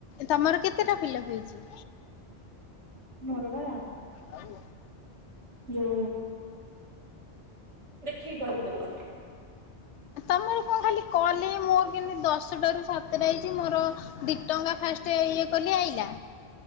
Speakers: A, on the left; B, on the right.
A: ତମର କେତେଟା ଫିଲପ୍ ହେଇଛି?
B: ମୋର ବା
A: ହଉ।
B: ଯଉ ଦେଖିକି କରନ୍ତୁ।
A: ତମର କଣ ଖାଲି କଲେ ମୋର କେମିତି ଦଶଟ ରୁ ସାତଟା ହେଇଛି ମୋର ଦି ଟଙ୍କା ଫାଷ୍ଟ ଇଏ କଲି ଆଇଲା